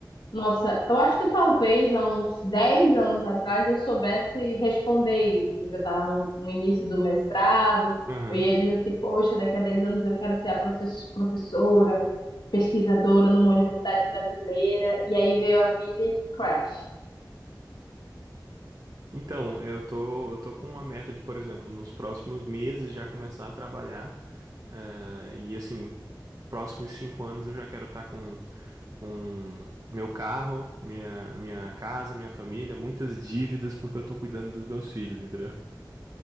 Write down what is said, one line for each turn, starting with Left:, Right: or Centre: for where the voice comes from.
Left: Nossa, eu acho que talvez há uns 10 anos atrás eu soubesse responder isso, porque eu estava no, no início do mestrado,
Right: aham.
Left: eu ia dizer assim, poxa, daqui a 10 anos eu quero ser a profes- professora, pesquisadora numa universidade brasileira, e aí veio a vida e crash.
Right: Então, eu tô, eu tô com uma meta de, por exemplo, nos próximos meses já começar a trabalhar. eh, e assim, próximos cinco anos eu já quero estar com, com meu carro, minha, minha casa, minha família, muitas dívidas porque eu tô cuidando dos meus filhos, entendeu?